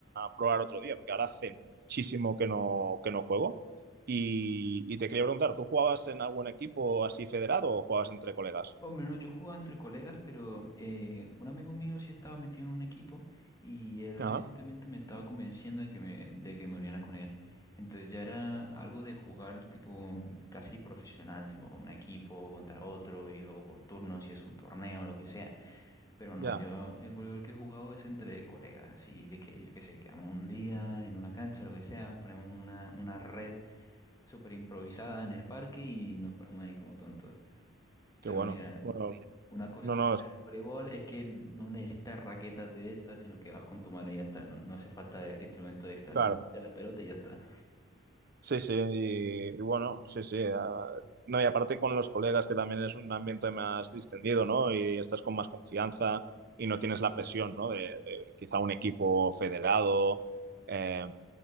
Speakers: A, on the right (about 45°); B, on the left (about 15°).
A: probar otro día, porque ahora hace muchísimo que no, que no juego. Y, y te quería preguntar, ¿tú jugabas en algún equipo así federado o jugabas entre colegas?
B: Hombre, no, yo jugaba entre colegas, pero eh, un amigo mío sí estaba metido en un equipo y él
A: Ajá,
B: recientemente me estaba convenciendo de que me, de que me uniera con él. Entonces ya era algo de jugar tipo casi profesional, tipo un equipo contra otro y luego por turno, si es un torneo, lo que sea. Pero no,
A: ya,
B: yo el voleibol que he jugado es entre colegas, y de que yo qué sé, quedamos un día en una cancha, lo que sea, ponemos una, una red súper improvisada en el parque y nos ponemos ahí como tontos. Pero
A: qué bueno.
B: mira,
A: Bueno,
B: una cosa
A: No,
B: buena
A: no, es-
B: del voleibol es que no necesitas raquetas de estas, sino que vas con tu mano y ya está. No, no hace falta de- instrumento extra,
A: claro.
B: simplemente la pelota y ya está.
A: Sí, sí, y, y bueno, sí, sí. ah, no, y aparte con los colegas, que también es un ambiente más distendido, ¿no? Y estás con más confianza y no tienes la presión, ¿no? De, de quizá un equipo federado, eh,